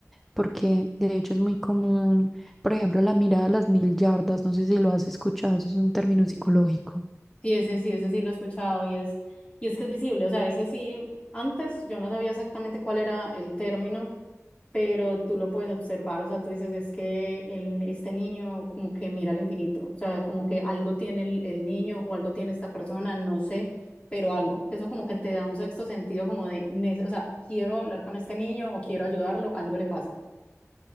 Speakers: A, in the centre; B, on the left.
A: porque de hecho es muy común, por ejemplo, la mirada a las mil yardas, no sé si lo has escuchado, eso es un término
B: Y
A: psicológico.
B: sí, ese sí, ese sí lo he escuchado y es, y es que es visible, o sea, ese sí, antes yo no sabía exactamente cuál era el término pero tú lo puedes observar, o sea, tú dices, es que el, este niño como que mira al infinito, o sea, como que algo tiene el, el niño o algo tiene esta persona, no sé, pero algo. Eso como que te da un sexto sentido como de, nece- o sea, quiero hablar con este niño o quiero ayudarlo, algo le pasa.